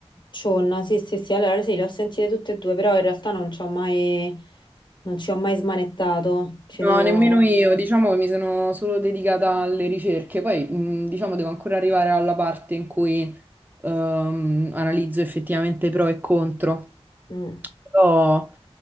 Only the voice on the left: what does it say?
Cionna, sì, sì, sì, allora sì, le ho sentite tutte e due, però in realtà non ci ho mai... non ci ho mai smanettato. Ci
devo...
Mm.